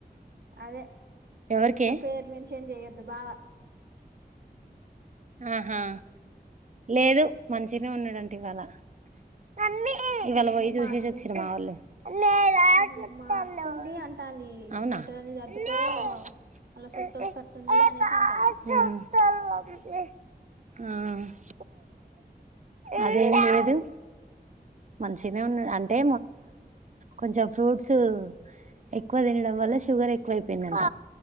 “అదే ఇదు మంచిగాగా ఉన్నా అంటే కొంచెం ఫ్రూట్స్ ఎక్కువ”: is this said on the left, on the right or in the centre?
Right